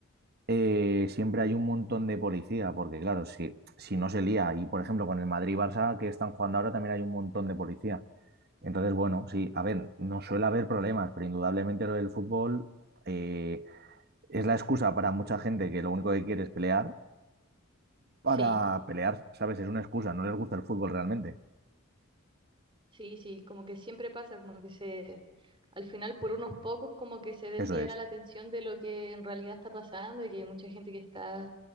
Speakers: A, on the right; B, on the right.
A: eh, siempre hay un montón de policía, porque claro, si, si no se lía, y por ejemplo con el Madrid-Barça que están jugando ahora también hay un montón de policía. Entonces, bueno, sí, a ver, no suele haber problemas, pero indudablemente lo del fútbol eh, es la excusa para mucha gente que lo único que quiere es pelear, para
B: Sí.
A: pelear, ¿sabes? Es una excusa, no les gusta el fútbol realmente.
B: Sí, sí, como que siempre pasa, como que se, al final por unos pocos como que se desvía
A: Eso es,
B: la atención de lo que en realidad está pasando y que hay mucha gente que está